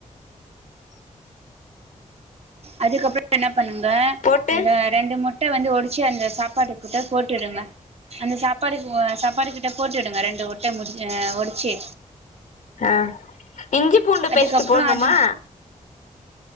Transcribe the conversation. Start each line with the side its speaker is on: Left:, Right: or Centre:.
Left: இ
Right: அதுக்கப்புறம் என்ன பண்ணுங்க
Left: போட்டு
Right: அந்த ரெண்டு முட்ட வந்து ஒடிச் ச்ச அந்த சாப்பாடு குட்ட போட்டுடுங்க அந்த சாப்பாடு சாப்பாடு கிட்ட போட்டுடுங்க ரெண்டு முட்ட முடி ஒடிச்சு
Left: ஆ இஞ்சி பூண்டு பேஸ்ட்
Right: அதுக்கப்புறோ
Left: போடுணுமா
Right: அது